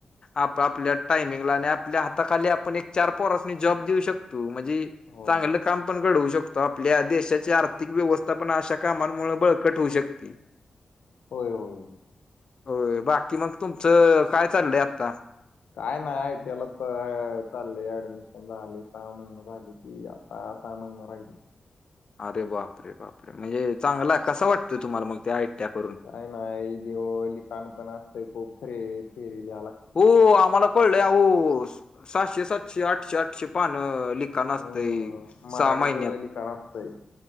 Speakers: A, on the left; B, on the left.
A: आप आपल्या टायमिंगला आणि आपल्या हाताखाली आपण एक चार पोरास्नी जॉब देऊ शकतो म्हणजे
B: होय
A: चांगलं काम पण घडवू शकतो आपल्या देशाची आर्थिक व्यवस्था पण अशा कामांमुळे बळकट होऊ शक ते
B: होय होय
A: होय बाकी मग तुमचं काय चाललंय आता
B: काय नाही आयटीएला तर चालले ऍडमिशन झाले सम झाली क अ सामान राहिली
A: अरे बापरे बापरे म्हणजे चांगला कस वाटत तुम्हाला मग त्या आयटआय करून
B: काय नाही लिवाल काम्पण असतंय खूप फिरी फिरीलाला
A: हो आम्हाला कळलंय होओ सातशे सातशे आठशे आठशे पान ली का नसतय
B: हम्म मराठीत
A: सहा महिन्यात
B: लिखाण असतंय